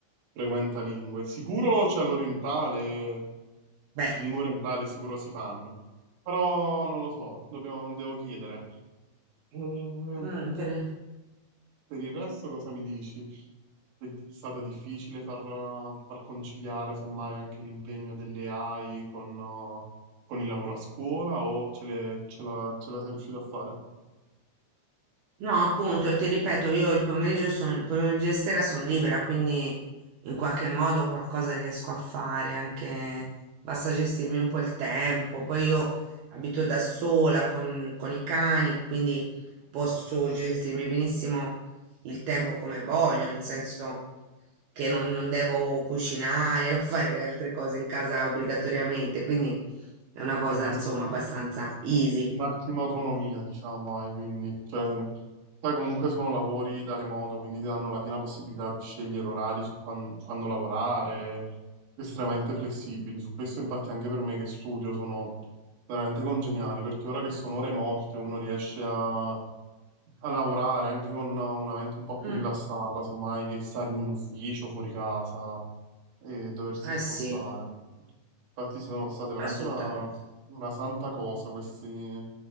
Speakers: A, on the right; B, on the right.
A: frequenta lingue. Sicuro c'è l'orientale,
B: Beh,
A: lingua orientale sicuro si fanno, però non lo so, dobbiamo- devo chiedere. Mm,
B: mm, per-
A: Per il resto cosa mi dici? È di- stata difficile far, eh, far conciliare semmai anche l'impegno delle AI con, eh, con il lavoro a scuola o ce, le- ce la, ce la sei riuscito a fare?
B: No, appunto, ti ripeto, io il pomeriggio sono, il pomeriggio e sera sono libera, quindi in qualche modo qualcosa riesco a fare, anche basta gestirmi un po' il tempo. Poi io abito da sola con, con i cani, quindi posso gestirmi benissimo il tempo come voglio, nel senso che non, non devo cucinare <laughs> o fare altre cose in casa obbligatoriamente,
A: Beh,
B: quindi è una
A: Vabbè,
B: cosa,
A: Massimo,
B: insomma, abbastanza easy.
A: massima autonomia, diciamo, hai, quindi, cioè, poi comunque sono lavori da remoto, quindi ti danno la piena possibilità di scegliere orari su quan- quando, lavorare, estremamente flessibili. Su questo, infatti, anche per me che studio sono veramente congeniali, perché ora che sono ore morte, uno riesce a, a lavorare anche con una mente un po' più
B: Mm,
A: rilassata, semmai che stare in un ufficio fuori casa e doversi
B: eh
A: spostare.
B: sì,
A: Infatti sono state veramente
B: assolutamente.
A: una una santa cosa questi,